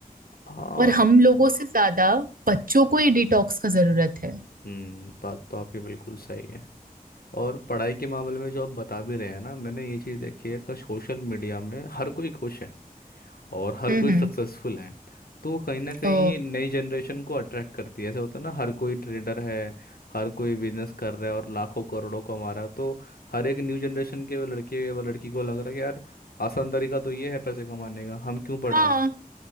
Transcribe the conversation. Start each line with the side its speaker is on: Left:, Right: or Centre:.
Left: होता हाँ
Right: और हम लोगों से ज्यादा बच्चों को ही डिटॉक्स का जरूरत है
Left: हम्म बात तो आपकी बिल्कुल सही है और पढ़ाई के मामले में जो आप बता भी रहे हैं ना मैंने ये चीज़ देखी है कि सोशल मीडिया में हर कोई खुश है और हर
Right: हम्म
Left: कोई
Right: हम्म
Left: सक्सेसफुल है तो वो कहीं ना कहीं
Right: ओ
Left: नई जनरेशन को अट्रैक्ट करती है ऐसे होता है ना हर कोई ट्रेडर है हर कोई बिजनेस कर रहा है और लाखों करोड़ों कमा रहा है तो हर एक न्यू जनरेशन के वो लड़के वो लड़की को लग रहा है कि यार आसान तरीका तो ये है पैसे कमाने का हम क्यों
Right: <laughs>
Left: पढ़
Right: हाँ
Left: रहे